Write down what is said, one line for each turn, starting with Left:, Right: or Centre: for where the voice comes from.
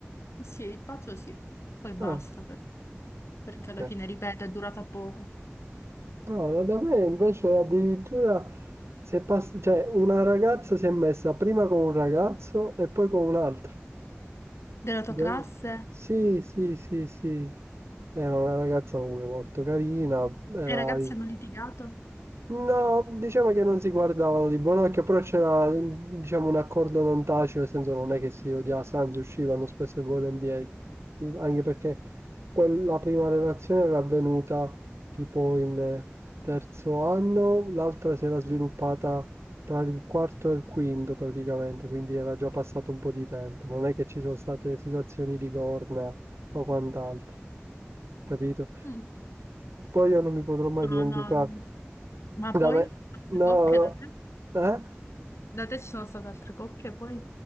Left: Sì, il pazzo sì, poi basta,
Right: Ah,
Left: per- perché alla
Right: okay.
Left: fine, ripeto, è durata poco.
Right: No, no, da me invece addirittura si è pass cioè una ragazza si è messa prima con un ragazzo e poi con un altro.
Left: Della tua
Right: De
Left: classe?
Right: sì, sì, sì, sì. Era una ragazza comunque molto carina, era
Left: E I ragazzi hanno litigato?
Right: No, diciamo che non si guardavano di buon occhio, però c'era, diciamo, un accordo non tacito, nel senso non è che si odiasse, anzi uscivano spesso e volentieri, anche perché quella prima relazione era avvenuta tipo in eh, terzo anno, l'altra si era sviluppata tra il quarto e il quinto praticamente, quindi era già passato un po' di tempo, non è che ci sono state situazioni di corna o quant'altro capito?
Left: Mm,
Right: Poi io non mi potrò mai
Left: No,
Right: dimenticare.
Left: no, mm. ma poi?
Right: Da me,
Left: Altre
Right: no,
Left: coppie
Right: no,
Left: da te?
Right: eh?
Left: Da te ci sono state altre coppie poi?